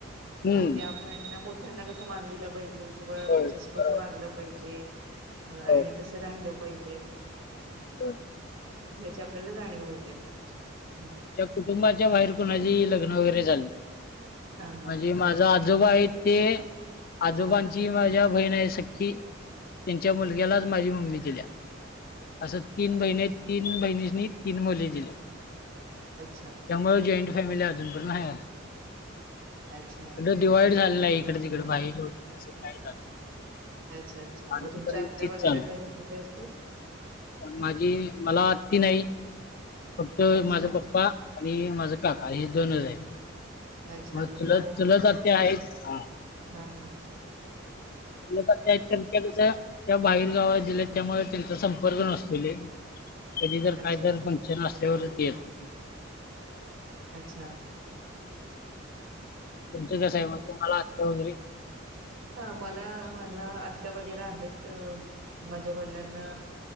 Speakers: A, on the left (about 45°); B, on the right (about 85°).
A: हम्म.
B: की आपण मोठ्यांना कसं मान दिलं पाहिजे किंवा
A: होय
B: त्यांच्याशी कसं
A: बरोबर
B: वागलं पाहि जे आणि
A: होय
B: कस राहिलं पाहिजे.
A: <unintelligible>
B: ह्याची आपल्याला जाणीव होते ह.
A: कुुंबाच्या बाहेर कुणाची लग्न वगरे झालीत
B: हां, हां,
A: म्हणजे माझ आता आजोबा आहेत ते आजोबांची
B: हां.
A: माझ्या बहीण आहे सी त्यांच्या मुलग्यालाच माझी मम्मी दिल्या असं तीन बहिणी तीन बहिणी तीन मुली दिल्यात
B: अच्छा,
A: त्यामुळे जॉईंट फॅमिली आहे
B: अच्छा,
A: आमची <unintelligible> इकड तिकडे बाहि तसं काय
B: अच्छा, अच्छा.
A: अजून
B: मग तुमच्या
A: पर्यंतच
B: आत्या
A: तेच
B: वगैरे
A: चाल
B: क कुठे असतात?
A: माझी मला आती नाही फक्त
B: अच्छा,
A: माझा पप्पा आणि माझं काका हे दोनच आहेत.
B: अच्छा.
A: मग
B: म्हणजे
A: चुल चुलत आत्या आहे हा.
B: हां, हां. हां. <unintelligible>
A: त्या कस त्या बाहेर गावात जे त्यामुळे त्यांचा संपर्क नसले कधी जर
B: अच्छा,
A: काय तरर पंशन असल्यावरच येत
B: अच्छा.
A: तुमचं कसं आहेब तुम्हाला आत्या वगैरे
B: हा मला माझ्या आत्या वगैरे आहेत माझ्या वडिलांना